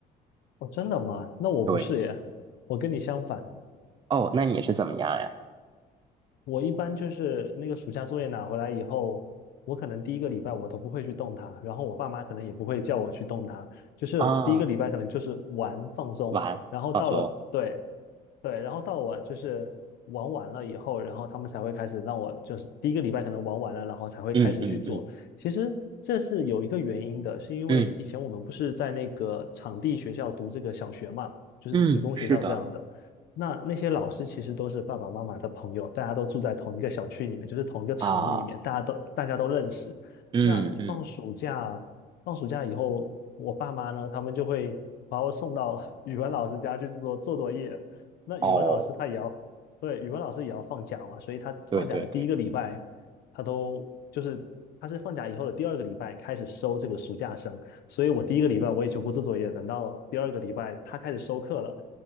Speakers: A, on the left; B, on the right.
A: 哦，真的吗？那我不是耶，
B: 对，
A: 我跟你相反，
B: 哦，那你是怎么样呀？
A: 我一般就是那个暑假作业拿回来以后，我可能第一个礼拜我都不会去动它，然后我爸妈可能也不会叫我去动它，就是第一个礼拜可能就是玩放松，
B: 啊，玩，
A: 然后到了，
B: 放松，
A: 对，对，然后到我就是玩完了以后，然后他们才会开始让我就是第一个礼拜可能玩完了，然后才会开始去做。
B: 嗯嗯嗯
A: 其实这是有一个原因的，是因为以前我们不是在那个场地学校读这个小学嘛，
B: 嗯
A: 就是职工学校这样的。
B: 嗯，是的，
A: 那那些老师其实都是爸爸妈妈的朋友，大家都住在同一个小区里面，就是同一个厂里面，
B: 啊，
A: 大家都大家都认识。
B: 嗯嗯，
A: 那放暑假，放暑假以后，我爸妈呢，他们就会把我送到语文老师家去做做作业。那语文老师他也要，
B: 哦，
A: 对，语文老师也要放假嘛，所以他放假的第一个礼拜，
B: 对对对，
A: 他都就是他是放假以后的第二个礼拜开始收这个暑假生，所以我第一个礼拜我也就不做作业，等到第二个礼拜他开始收课了，